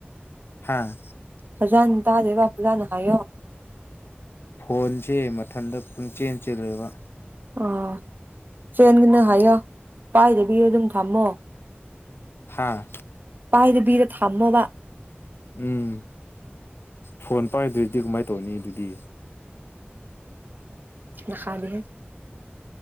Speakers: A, on the left; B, on the right.
A: ꯍꯥꯦ
B: ꯐꯖꯥꯅ ꯇꯥꯗꯦꯕ ꯐꯖꯥꯅ ꯍꯥꯏꯌꯣ
A: ꯐꯣꯟꯁꯦ ꯃꯊꯟꯇ ꯄꯨꯡ ꯆꯦꯟ ꯆꯦꯜꯂꯦꯕ
B: ꯑꯥ ꯆꯦꯟꯒꯅ ꯍꯥꯏꯌꯣ ꯄꯥꯏꯗꯕꯤ ꯑꯗꯨꯝ ꯊꯝꯃꯣ
A: ꯍꯥꯥ
B: ꯄꯥꯏꯗꯕꯤꯔ ꯊꯝꯃꯣꯕ
A: ꯎꯝ ꯐꯣꯟ ꯄꯥꯏꯗ꯭ꯔꯣꯏꯗꯤ ꯀꯃꯥꯏꯅ ꯇꯧꯅꯤ ꯑꯗꯨꯗꯤ
B: ꯅꯗꯦ